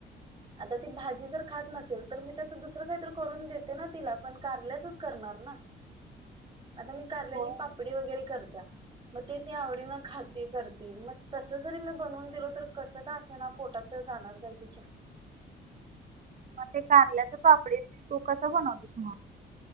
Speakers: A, on the right; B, on the right.
A: आता ती भाजी जर खात नसेल तर मी त्याच दुसरं काहीत करून देते ना तिला पण कारल्याचच करणार ना.
B: <inaudible>
A: आता मी कारल्याची
B: होय होय.
A: पापडी वगैरे करतिया. मग ते ती आवडीन खाते करते मग तसं जरी मी बनवून दिलो तर कसं का असं ना पोटात तर जाणारचय तिच्या.
B: मग ते कारल्याच पापडी तू कस बनवतिस मग?